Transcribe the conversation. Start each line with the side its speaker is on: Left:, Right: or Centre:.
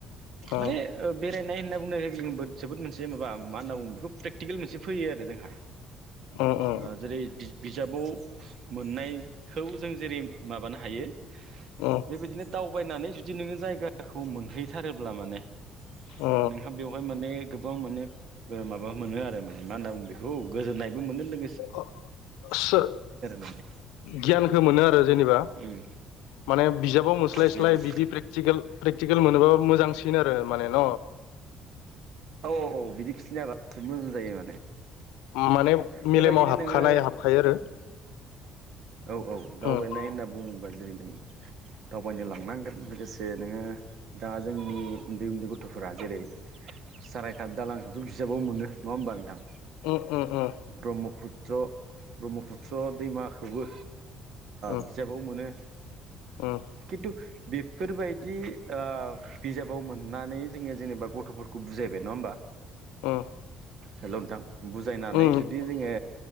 Left: अ
Right: माने ओ बेरायनाय होनना बुंनाय लोगो जोबोद मोनसे माबा मा होनना बुङो बेखौ प्रेकटिकेल मोनसे फैयो आरो जोंहा।
Left: अ
Right: ओ जेरै दि बिजाबाव मोननायखौ जों जेरै माबानो हायो।
Left: उम।
Right: बेबायदिनो दावबायनानै जुदि नोङो जायगाखौ मोनहैथारोब्ला माने
Left: अ
Right: नोंहा बेवहाय माने गोबां माने ओ माबा मोनो आरो माने मा होनना बुङो बेखौ गोजोननायबो मोनो लोग
Left: अ सो
Right: माने
Left: गियानखो मोनो आरो जेनेबा
Right: उम
Left: माने बिजाबाव मोनस्लायस्लाय
Right: बेबायदि
Left: बिदि प्रेक्टिकेल प्रेक्टिकेल मोनोबा मोजांसिन आरो माने न
Right: औ औ बिदि खिथिनो हाबासो मोजां जायो माने
Left: माने मेलेमाव
Right: बेबायदिनो
Left: हाबखानाय
Right: नोङो
Left: हाबखायो आरो
Right: औ औ दावबायनाय
Left: उम
Right: होनना बुङोब्ला जेरै नों दावबायनो लांनांगोन लोगोसे नोङो दा जोंनि उन्दै उन्दै गथ'फोरा जेरै सारायघाट दालांखौथ' बिजाबाव मोनो नङा होमबा नोंथां?
Left: ओम ओम ओम।
Right: ब्रह्मपुत्र ब्रह्मपुत्र दैमा। ओ
Left: उम
Right: बिजाबाव मोनो
Left: उम
Right: खिन्थु बे बेफोरबायदि आ बिजाबाव मोननानै जोंङो जेनेबा गथ'फोरखौ बुजायबाय नंङा होमबा?
Left: उम
Right: हेल' नोंथां बुजायनानै
Left: उम
Right: जुदि
Left: उम
Right: जोंङो